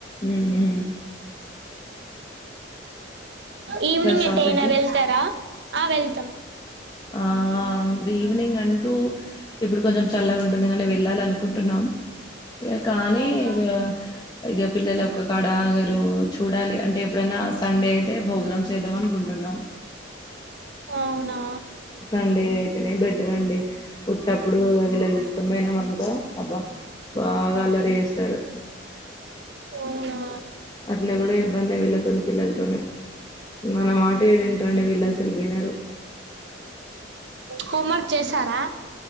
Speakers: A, on the left; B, on the right.
A: ఉ ఉ
B: ఈవనింగ్
A: షాపింగ్
B: ఎట్ అయినా
A: కి
B: వెళ్తారా ఆ వెళ్తాం
A: ఆ ఆ ఈవ్నింగ్ అంటూ ఇప్పుడు కొంచెం చల్లగా ఉంటుంది. గానీ వెళ్ళాలి అనుకుంటున్నాం. ఇగా కానీ
B: అవునా
A: ఇగా ఇగా పిల్లలు ఒక్క కాడా ఆగారు. చూడాలి అంటే ఎప్పుడైనా సండే అయితే ప్రోగ్రామ్స్ చేద్దాం అనుకుంటున్నాం.
B: అవునా
A: సండే అయితేనే బెటర్ అండి. ఉత్తప్పుడు వీళ్ళని తీసుకొని పోయినాము అనుకో అబ్బా బాగా అల్లరి చేస్తారు.
B: అవునా
A: అట్లే కూడా ఇబ్బంది. వీళ్ళతోనీ పిల్లలతోనే మన మాట ఏడింటారండి. విళ్ళు ఆసల్ వినరు
B: హోంవర్క్ చేసారా